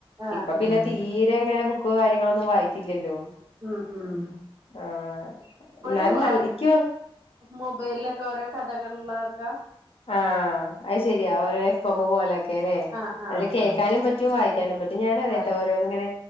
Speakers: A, on the right (about 40°); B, on the left (about 70°).
A: ആഹ്
B: ഇപ്പൊ പിന്നെ
A: ആഹ്
B: തീരെ എങ്ങനെ ബുക്ക് കാര്യങ്ങളൊന്നും വായിക്കില്ലല്ലോ
A: ഉം ഉം
B: ആഹ്
A: ഇപ്പോഴും
B: എന്നാലും
A: വ
B: നല്ല ഇക്ക്
A: മൊബൈലിലൊക്കെ ഓരോ കഥകളിലൊക്കെ
B: ആഹ് അത് ശരിയാ ഓരോ <unintelligible> പോലൊക്കെ അല്ലേ
A: ആഹ് ആഹ്
B: അതില് കേൾക്കാനും
A: ആഹ്
B: പറ്റും വായിക്കാനും പറ്റും ഞാനും
A: വായി
B: അതേട്ടോ ഓരോന്നിങ്ങനെ